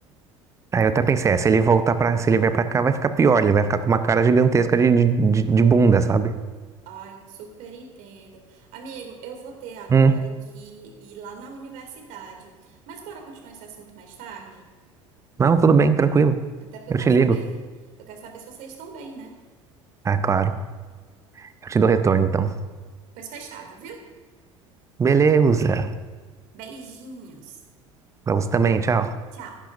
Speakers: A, on the right; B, on the right.
A: Aí eu até pensei: é, se ele voltar para, se ele vier pra cá, vai ficar pior. Ele vai ficar com uma cara gigantesca de, de, de de bunda, sabe?
B: Ai, super entendo. Amigo, eu vou ter agora
A: Hum.
B: que ir lá na universidade. Mas bora continuar esse assunto mais tarde?
A: Não, tudo bem, tranquilo.
B: Até porque
A: Eu
B: eu quero
A: te ligo.
B: saber, eu quero saber se vocês estão bem, né?
A: Ah, claro. Eu te dou retorno, então.
B: Pois fechado, viu?
A: Beleza.
B: Beijinhos.
A: Pra você também, tchau.
B: Tchau.